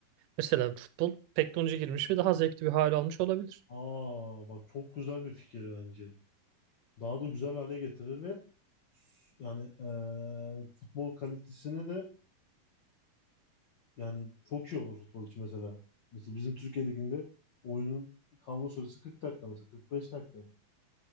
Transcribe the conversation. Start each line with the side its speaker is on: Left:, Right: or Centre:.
Right: Mesela futbol teknoloji girmiş ve daha zevkli bir hale almış olabilir.
Left: Aa bak çok güzel bir fikir bence. Daha da güzel hale getirir ve s- yani e, futbol kalitesini de yani çok iyi olur futbol için mesela. Mesela bizim Türkiye Ligi'nde oyunun kalma süresi 40 dakika mesela 45 dakika.